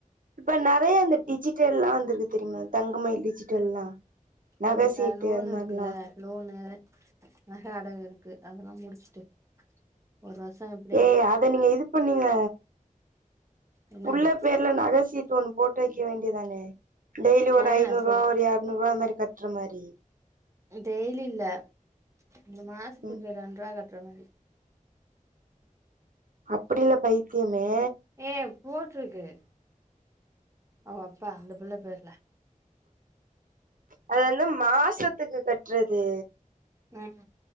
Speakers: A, on the right; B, on the right.
A: இப்ப நெறைய இந்த டிஜிட்டல்லா வந்திருக்கு தெரியுமா தங்கமயில் டிஜிட்டல்லா
B: கஞ்சக்க
A: நகை சீட்டு
B: லோன்
A: அது
B: இருக்குல்ல
A: மாரிலா
B: லோனு நக அடகு இருக்கு அதெல்லா முடிச்சுட்டு ஒரு வருசோ எப்
A: ஏய் அத நீங்க இது பண்ணீங்க
B: என்னது
A: உள்ள பேய் ல்ல நகசீட்டு ஒன்னு போட்டு வைக்க வேண்டியதானே டெய்லி ஒரு
B: ஆ
A: ஐநூரூவா
B: போ
A: ஒரு எர்நூரூவா அது மாரி கட்ற மாரி
B: டெய்லி இல்ல இந்த மாசத்துக்கு
A: ம்
B: ரெண்ட் ரூவா கெட்ற மாரி
A: அப்டி இல்ல பைத்தியமே
B: ஏய் போட்டுருக்கு அவங்க அப்பா அந்த பிள்ள பேர்ல
A: அது வந்து மாசத்துக்கு கட்றது
B: ம்